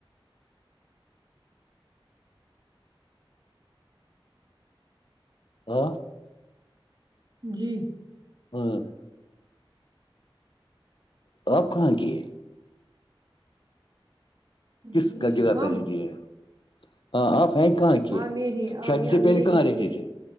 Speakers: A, on the left; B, on the right.
A: ہاں
B: جی
A: اور آپ کہاں کی ہے کس
B: جی
A: جگہ
B: ہم
A: پہ رہتی ہے ہاں آپ ہیں کہاں کی
B: ہم یہی
A: شادی سے
B: ہم
A: پہلے
B: یہی
A: کہاں رہتے
B: صرف
A: تھے